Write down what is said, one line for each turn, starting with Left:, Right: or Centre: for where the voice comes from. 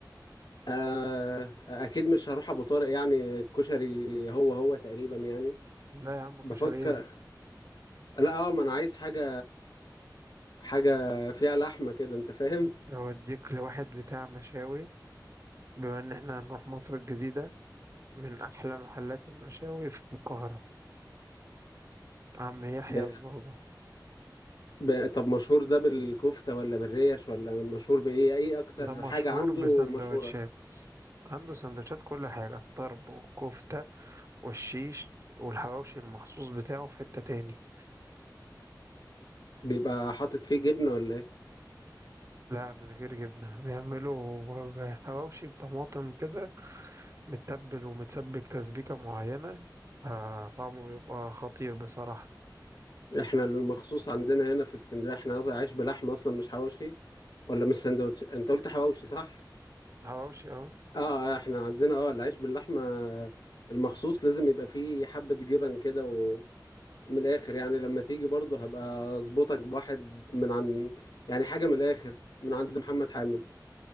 Left: آه، اكيد مش هروح ابو طارق يعني الكشري هو هو تقريبا يعني
Right: لا يا عم
Left: بفكر
Right: كشري إيه
Left: لا اه ما انا عايز حاجه حاجه فيها لحمه كده انت فاهم
Right: أوديك لواحد بتاع مشاوي بما إن إحنا هنروح مصر الجديدة من أحلى محلات المشاوي في القاهرة عم يحيى
Left: ب...
Right: الزازة
Left: ب... طب مشهور ده بالكفته ولا بالريش ولا مشهور بايه اي اكتر
Right: ده مشهور
Left: حاجه عنده
Right: بسندوتشات
Left: مشهوره
Right: عنده سندوتشات كل حاجة الطرب والكفتة والشيش والحواوشي المخصوص بتاعه في حتة تاني
Left: بيبقى حاطط فيه جبنه ولا ايه
Right: لا من غير جبنة بيعملوا ب- حواوشي بطماطم كده متبل ومتسبك تسبيكة معينة آه طعمه بيبقى خطير بصراحة
Left: احنا المخصوص عندنا هنا في اسكندريه احنا عايش بلحمه اصلا مش حواوشي ولا مش سندوتش انت قلت حواوشي صح
Right: الحواوشي اه
Left: اه احنا عندنا اه العيش باللحمة المخصوص لازم يبقى فيه حبة جبن كده ومن الآخر يعني لما تيجي برضه هبقى أظبطك بواحد من عن يعني حاجة من الآخر من عند محمد حامد